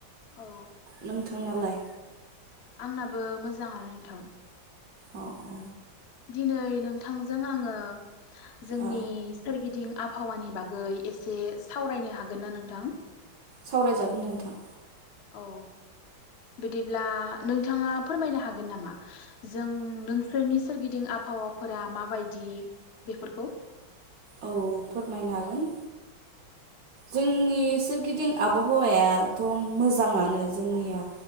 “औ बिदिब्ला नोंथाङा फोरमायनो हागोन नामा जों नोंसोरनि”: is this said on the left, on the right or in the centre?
Left